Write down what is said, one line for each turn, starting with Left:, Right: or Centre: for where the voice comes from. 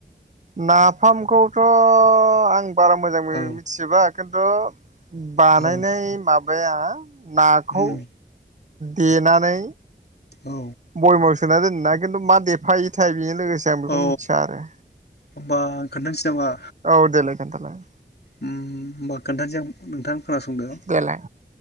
Right: नाफामखौथ आं बारा मोजां मोन्थिजोबा
Left: औ
Right: खिन्थु बानायनाय
Left: औ
Right: माबाया नाखौ
Left: उम
Right: देनानै
Left: औ
Right: बयाममाव सोना दोनोना खिन्थु मा देफा इथाएल बेजों लोगोसे आं बेखौ
Left: औ
Right: मिथिया आरो।
Left: होमबा आं खोन्थानोसै नामा?
Right: औ देलाय खोनथालाय।
Left: उम होनबा खोन्थानोसै नोंथां। खोनासंदों
Right: देलाय